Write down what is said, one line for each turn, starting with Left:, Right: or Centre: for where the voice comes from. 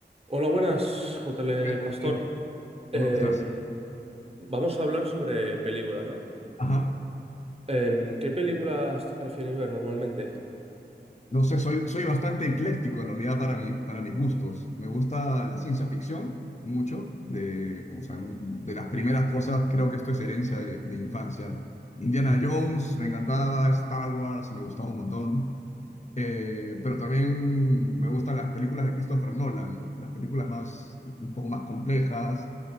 Right: Hola, buenas, JL
Left: ¿Qué-
Right: Pastor.
Left: qué-
Right: Em,
Left: ¿Cómo estás?
Right: vamos a hablar sobre películas, ¿no?
Left: Ajá.
Right: Em, ¿qué películas prefieres ver normalmente?
Left: No sé, soy, soy bastante ecléctico en realidad para mí, para mis gustos. Me gusta la ciencia ficción mucho, de, o sea, un- de las primeras cosas, creo que esto es herencia de, de infancia. Indiana Jones, me encantaba, Star Wars, me gustaba un montón. Eh, pero también me gustan las películas de Christopher Nolan, las películas más, un poco más complejas.